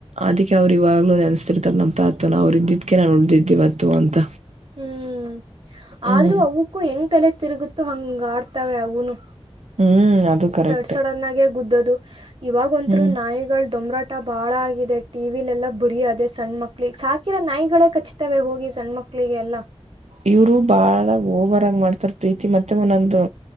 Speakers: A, on the right (about 80°); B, on the right (about 55°).
A: ಅದಕ್ಕೆ ಅವ್ ಇವಾಗ್ಲೂ ನೆನಸ್ತಿರ್ತಾರ ನಮ್ಾ ಅತ್ ನ ಅವ್ ಇದಿದ್ಕೆ ನಾು ಉಳ್ದಿದ್ದಿವವ ಅತ್ತು ಅಂತ
B: ಹ್ಮ್
A: ಹ್ಮ್
B: ಆದ್ರೂ ಅವಕ್ಕೂ ಹೆಂಗ್ ತಲೆ ತಿರುಗುತ್ತು ಹಂಗ ಆಡ್ತಾವ ಅವನು
A: ಹ್ಮ್ ಅದು ಕರೆಕ್ಟ್
B: ಸಡ್ ಸಡನ್ ಆಾಗೆ ಗುದ್ದದು ಇವಾಗ ಒಂತ್ರು
A: ಹ್ಮ್
B: ನಾಯಿಗಳು ದೊಮ್ರಾಟ್ ಊ ಬಾಳ ಆಗಿದೆ ಟಿವಿಲೆಲ್ಲ ಬುರಿ ಅದೆ ಸಣ್ಣ ಮಕ್ಳು ಈ ಸಾಕಿರ ನಾಯಿಗಳೇ ಕಚ್ತವೆ ಹೋಗಿ ಸಣ್ಣ ಮಕ್ಳು ಮಕ್ಕಳಿಗೆ ಎಲ್ಲ
A: ಇವರು ಬಾಳ ಓವರ್ಗ ಮಾಡ್ತಾರ ಪ್ರೀತಿ ಮತ್ತೆ ಒಂದೊಂದು